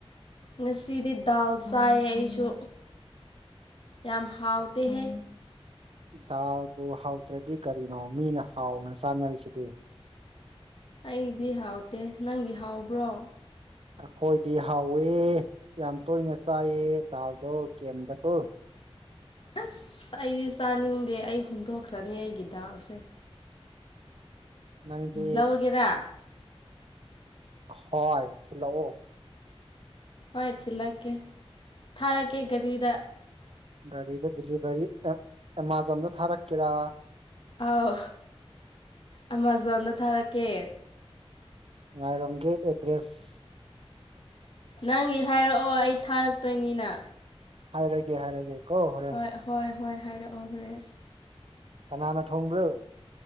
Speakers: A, on the left; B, on the right.
A: ꯉꯁꯤꯗꯤ ꯗꯥꯜ ꯆꯥꯏꯌꯦ ꯑꯩꯁꯨ ꯌꯥꯝ ꯍꯥꯎꯇ‌ꯦꯍꯦ
B: ꯗꯥꯜꯗꯨ ꯍꯥꯎꯇ꯭ꯔꯗꯤ ꯀꯔꯤꯅꯣ ꯃꯤꯅ ꯍꯥꯎꯅ ꯆꯥꯅꯔꯤꯁꯤꯗꯤ
A: ꯑꯩꯗꯤ ꯍꯥꯎꯇꯦ ꯅꯪꯒꯤ ꯍꯥꯎꯕ꯭ꯔꯣ
B: ꯑꯩꯈꯣꯏꯗꯤ ꯍꯥꯎꯋꯦ ꯌꯥꯝ ꯇꯣꯏꯅ ꯆꯥꯏꯌ‌ꯦ ꯗꯥꯜꯗꯣ ꯗꯤꯑꯦꯝꯗꯀ‌ꯣ
A: ꯑꯁ ꯑꯩꯗꯤ ꯆꯥꯅꯤꯡꯗꯦ ꯑꯩ ꯍꯨꯟꯗꯣꯛꯈ꯭ꯔꯅꯤ ꯑꯩꯒꯤ ꯗꯥꯥꯜꯁꯦ
B: ꯅꯪꯗꯤ
A: ꯂꯧꯒꯦꯔꯥ
B: ꯍꯣꯏ ꯊꯤꯜꯂꯛꯑꯣ
A: ꯍꯣꯏ ꯊꯤꯜꯂꯛꯀꯦ ꯊꯥꯔꯛꯀꯦ ꯒꯥꯔꯤꯗ
B: ꯒꯥꯔꯤꯗ ꯗꯤꯂꯤꯚꯔꯤ ꯑꯦꯞ ꯑꯦꯃꯥꯖꯣꯟꯗ ꯊꯥꯔꯛꯀꯦꯔꯥ
A: ꯑꯥꯎ ꯑꯃꯥꯖꯣꯟꯗ ꯊꯥꯔꯛꯀꯦ
B: ꯉꯥꯏꯔꯝꯒ‌ꯦ ꯑꯦꯗ꯭ꯔꯦꯁ
A: ꯅꯪꯒꯤ ꯍꯥꯏꯔꯛꯑꯣ ꯑꯩ ꯊꯥꯔꯛꯇꯣꯏꯅꯤꯅ
B: ꯍꯥꯏꯔꯒꯦ ꯍꯥꯏꯔꯒꯦ ꯀꯣ ꯍꯣꯔꯦꯟ
A: ꯍꯣꯏ ꯍꯣꯏ ꯍꯣꯏ ꯍꯥꯏꯔꯛꯑꯣ ꯍꯣꯔꯦꯟ
B: ꯀꯅꯥꯅ ꯊꯣꯡꯕ꯭ꯔꯣ